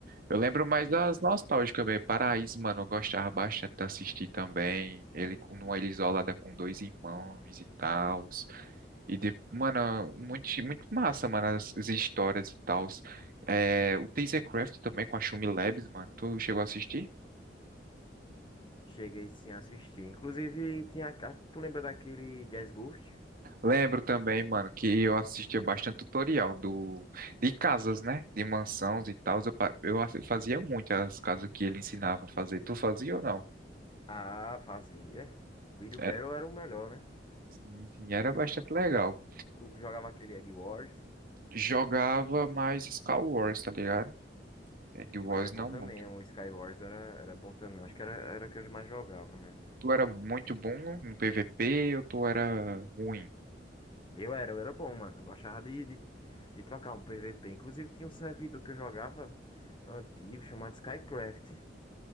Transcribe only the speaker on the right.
Eu lembro mais das nostálgicas, velho. Paraíso, mano, eu gostava bastante de assistir também. Ele com- numa ilha isolada com dois irmãos e tal. E, de, mano, muito, muito massa, mano, as, as histórias e tal. É, o Tasercraft também com a Shumi Labs, mano. Tu chegou a assistir?
Lembro também, mano, que eu assistia bastante tutorial do de casas, né? De mansões e tal. Eu, pa- eu assi- fazia muito as casas que ele ensinava a fazer. Tu fazia ou não?
Era,
sim, sim, era bastante legal.
Jogava mais Star Wars, tá ligado? Egg Wars
não
muito.
Tu era muito bom no PVP ou tu era ruim?